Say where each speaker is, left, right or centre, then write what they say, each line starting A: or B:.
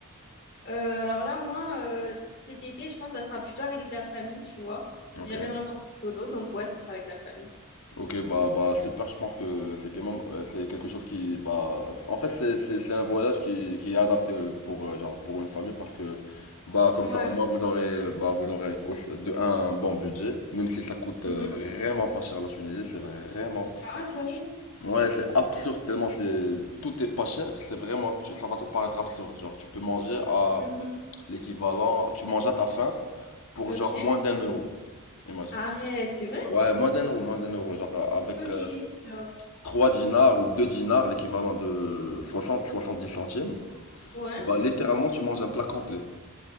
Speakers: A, on the left; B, on the left.
A: Euh, alors là, moi, euh, cet été, je pense que ça sera plutôt avec la famille, tu vois.
B: Ok.
A: J'ai Jamais vraiment fait solo, donc ouais, ça sera avec la famille.
B: Ok, bah, bah, super, je pense que c'est quand même, euh, c'est quelque chose qui, bah, c'est- en fait, c'est, c'est, c'est un voyage qui, qui est adapté euh, pour, euh, genre, pour une famille parce que, bah, comme
A: Ouais.
B: ça, au moins, vous aurez, euh, bah, vous aurez aussi- de un, un bon budget, même si ça coûte
A: Mhm.
B: euh, vraiment pas cher la Tunisie, c'est vraiment,
A: Ah ouais, sérieux?
B: ouais, c'est absurde tellement c'est, tout est pas cher, c'est vraiment, tu- ça va te paraître absurde, genre, tu peux manger à
A: Mhm.
B: l'équivalent, tu manges à ta faim pour,
A: Ok.
B: genre, moins d'un euro, imagine.
A: Arrête, c'est vrai?
B: Ouais, moins d'un euro, moins d'un euro. Genre euh, avec
A: Ok.
B: euh,
A: Genre.
B: 3 dinars ou 2 dinars, l'équivalent de soixante soixante dix centimes,
A: Ouais.
B: bah littéralement tu manges un plat complet.